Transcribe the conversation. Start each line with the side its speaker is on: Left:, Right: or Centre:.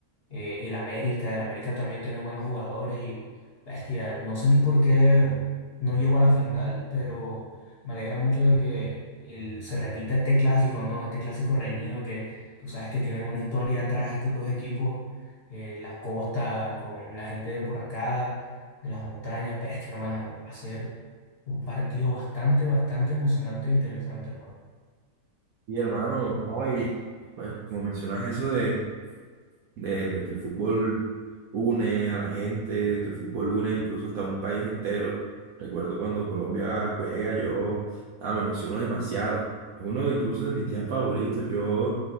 Left: eh, y el América, el América también tiene buenos jugadores y bestia, no sé ni por qué no llegó a la final, pero me alegra mucho de que el- se repita este clásico, ¿no? Este clásico reñido que tú sabes que tienen una historia atrás estos dos equipos, eh, la costa con la gente de por acá, de las montañas, bestia, hermano, va a ser un partido bastante, bastante emocionante e interesante, hermano.
Right: Y hermano, no, y pues como mencionas eso de de, de que el fútbol une a la gente, de que el fútbol une incluso hasta un país entero. Recuerdo cuando Colombia juega, yo ah, me emociono demasiado. Es uno de, incluso de mis días favoritos. Yo